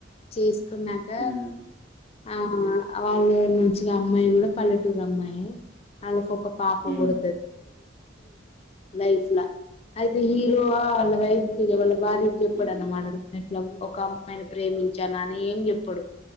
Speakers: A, on the left; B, on the right.
A: చేసుకున్నాక
B: హ్మ్.
A: ఆ వాళ్ళ నుంచి అమ్మాయి గుడ పల్లెటూరు అమ్మాయే, వాళ్ళకు ఒక పాప
B: హ్మ్.
A: గుడ లైఫ్ ల అయితే హీరోవా ఆళ్ల వైఫ్ కి ఎవలు వారికి చెప్పడన్నమాట,
B: హ్మ్.
A: నేను ఇట్ల ఒక అమ్మాయిని ప్రేమించానని ఏం చెప్పడు,